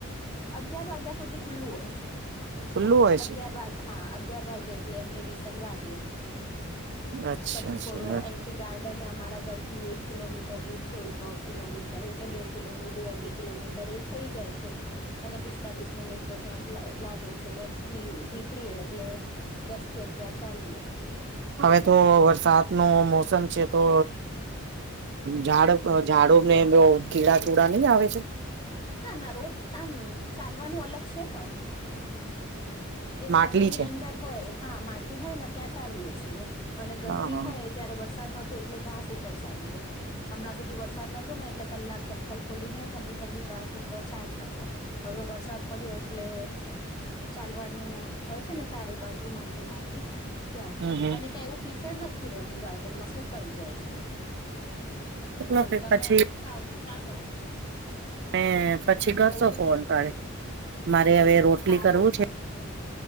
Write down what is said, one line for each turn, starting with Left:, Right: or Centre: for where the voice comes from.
Left: અગિયાર વાગ્યા સુધી ખુલ્લું હોય છે.
Right: ખુલ્લું હોય
Left: અગિયાર
Right: છે
Left: વાગે હા અગિયાર વાગે એટલે એમની વિસલ વાગે
Right: અચ્છા
Left: પછી
Right: અચ્છા
Left: થોડો અહી થી ગાર્ડનને અમારા ઘરથી એક કિલોમીટર દૂર છે એક દોઢ કિલોમીટર એટલે બે કિલોમી બે અઢી કિલોમીટર એ થઈ જાય છે અને પિસ્તાલીસ મિનિટ તો ત્યાં જ લાગે જ છે દસ થી નીકળીએ એટલે દસ થી અગિયાર ચાલીએ
Right: હવે તો વરસાદ ન મોસમ છે તો ઝાડ ઝાડું ને બ કીડા ટુડા નહી આવે છે
Left: ના ના રોડ આમ ચાલવાનું અલગ છે ને એ ગાર્ડન
Right: માટલી
Left: ની
Right: છે
Left: અંદર હોય હા માટી હોય ને ત્યાં ચાલીય છીએ અને ગરમી
Right: હા હા
Left: હોય જયારે વરસાદ નતો એટલે ઘાસ ઉપર ચાએ હમણાં સુધી વરસાદ નોતો ને એટલે કલાક ચપ્પલ ખોલી ને ઠંડી ઠંડી ઘાસ ઉપર ચાલતા હતા હવે વરસાદ પડ્યો એટલે ચાલવાની હોય છે ને ચારે બાજુ માટી માટી ત્યાં
Right: હમ હમ
Left: અને ત્યાં એવું કીચડ નથી રહેત તું ગાર્ડનમાં સુકાઈ જાય છે
Right: ચલો
Left: એવું
Right: પછી
Left: તમે ફ્રી થાવ તો ચાલો
Right: મે પછી કરશો
Left: કઉ છું
Right: ફોન પાડે મારે હવે રોટલી
Left: હા
Right: કરવું
Left: કઉ
Right: છે
Left: છું